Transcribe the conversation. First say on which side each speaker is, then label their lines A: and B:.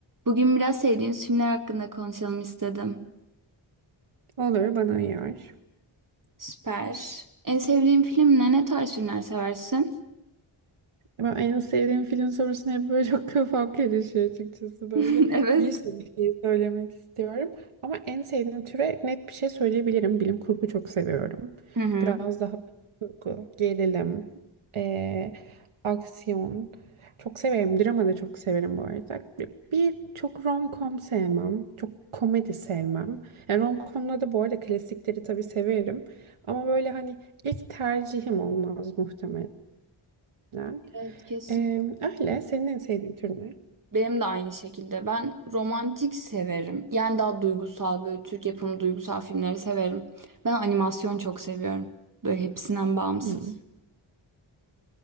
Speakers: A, on the right; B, on the right.
A: Bugün biraz sevdiğiniz filmler hakkında konuşalım istedim.
B: Olur bana uyar.
A: Süper. En sevdiğin film ne? Ne tarz filmler seversin?
B: Ben en sevdiğim film sorusuna hep böyle <laughs> çok kafam karışıyor açıkçası böyle.
A: <laughs> Evet.
B: Bir sürü şey söylemek istiyorum. Ama en sevdiğim türe net bir şey söyleyebilirim. Bilim kurgu çok seviyorum.
A: Hı hı.
B: Biraz daha kurgu, gerilim, eee, aksiyon. Çok severim. Drama da çok severim bu arada. Bir, bir çok rom-com sevmem. Çok komedi sevmem. Yani rom-com'da da bu arada klasikleri tabii severim. Ama böyle hani İlk tercihim olmaz muhtemelen. Güzel.
A: Evet kesin.
B: Ee, öyle. Senin en sevdiğin tür ne?
A: Benim de aynı şekilde. Ben romantik severim. Yani daha duygusal böyle Türk yapımı duygusal filmleri severim. Ben animasyon çok seviyorum. Böyle hepsinden bağımsız.
B: Hmm.